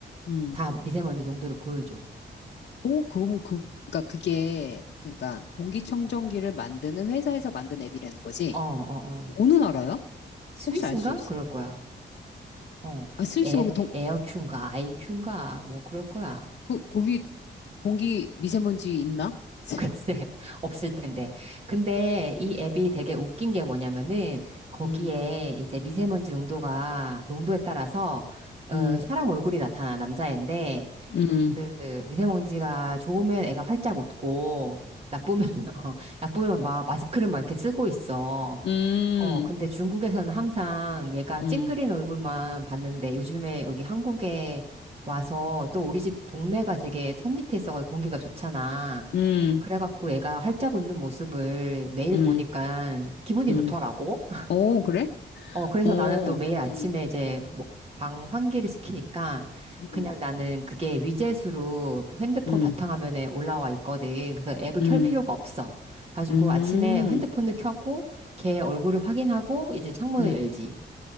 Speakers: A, on the left; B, on the right.
A: 음.
B: 다 미세먼지 농도를 보여줘.
A: 오, 그럼 그, 그러니까 그게, 그러니까 공기청정기를 만드는 회사에서 만든 앱이라는 거지.
B: 어, 어, 어.
A: 어느 나라야?
B: 스위스인가?
A: 혹시 알 수 있어?
B: 그럴 거야. 어.
A: 아, 스위스
B: 에,
A: 거기 동,
B: 에어큐인가, 아이큐인가, 뭐 그럴 거야. <laughs>
A: 거, 거기 공기 미세먼지 있나? <laughs>
B: 글쎄, 없을 텐데. 근데 이 앱이 되게 웃긴 게 뭐냐면은 거기에
A: 음,
B: 이제 미세먼지 농도가, 농도에 따라서 어,
A: 음,
B: 사람 얼굴이 나타나, 남자애인데
A: 음,
B: 그 미세먼지가 좋으면 애가 활짝 웃고 나쁘면 <laughs> 어, 나쁘면 막 마스크를 막 이렇게 쓰고 있어.
A: 음,
B: 어, 근데
A: 음,
B: 중국에서는 항상 얘가
A: 음,
B: 찡그린 얼굴만 봤는데 요즘에 여기 한국에 와서 또 우리 집 동네가 되게 산 밑에 있어가지고 공기가 좋잖아.
A: 음,
B: 그래갖고 얘가 활짝 웃는 모습을 매일
A: 음,
B: 보니까 기분이
A: 음.
B: 좋더라고.
A: 오, 그래?
B: 어, 그래서
A: 오,
B: 나는 또 매일 아침에
A: 음,
B: 이제 뭐- 방 환기를 시키니까
A: 음,
B: 그냥 나는 그게 위젯으로 핸드폰
A: 음,
B: 바탕화면에 올라와 있거든. 그래서 앱을
A: 음,
B: 켤 필요가 없어. 가지고
A: 음,
B: 아침에 핸드폰을 켜고 걔 얼굴을 확인하고 이제 창문을
A: 음.
B: 열지.